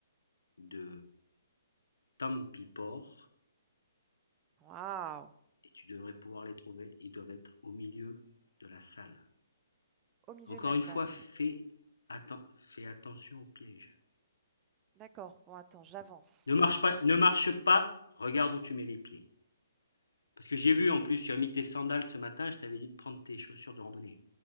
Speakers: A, on the left; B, on the right.
A: de Tampipor
B: Waouh!
A: et tu devrais pouvoir les trouver. Ils doivent être au milieu de la salle.
B: Au milieu
A: Encore
B: de la
A: une
B: salle.
A: fois, fais, atten- fais attention aux pièges.
B: D'accord. Bon, attends, j'avance.
A: Ne marche, pas, ne marche pas, regarde où tu mets les pieds. Parce que j'ai vu, en plus, tu as mis tes sandales ce matin, je t'avais dit de prendre tes chaussures de randonnée.